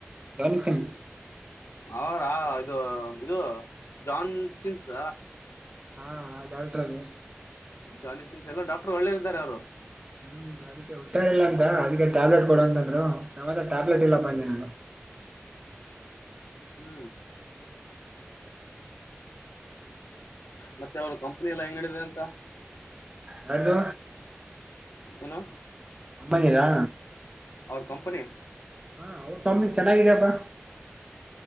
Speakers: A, on the right (about 20°); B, on the left (about 80°).
A: ಜಾನಿಸನ್
B: ಅವಾ ಇದು ಇದು ಜಾನ್ ಸಿನ್ಸ್
A: ಹಾ ಡಾಕ್ಟ್ರ ಅಲ್ಲಿ
B: ಜಾನಿಸ ಸಿನ್ಸ್ ಎಲ್ಲ ಡಾಕ್ರ್ ಒಳ್ಳೇ ಇರ್ತಾರೆ ಅವರು
A: ಹ್ಮ್ ಅದಕ್ಕೆ ಉುಟ್ಟಾರ ಇಲ್ಲ ಅಂತ ಅದಕ್ಕೆ ಟ್ಯಾಬ್ಲೆಟ್ ಕೊಡಂತಂದ್ರು ನಮ್ಮತ್ರ ಟ್ಯಾಬ್ಲೆಟ್ ಇಲ್ಲ ಬನ್ನೆ ನಾನು
B: ಹ್ಮ ಮತ್ತೆ ಅವ್ರ ಕಂಪನಿ ಎಲ್ಲ ಹೆಂಗ್ಿದೆ ಅಂತ
A: ನದುು
B: ಏನ
A: ಅಂಬಾನಿದಾ
B: ಅವ ಕಂಪನಿ
A: ಹಾ ಅವ್ರ ಕಮ್ಮಿ ಚೆನ್ನಾಗಿದಪ್ಪ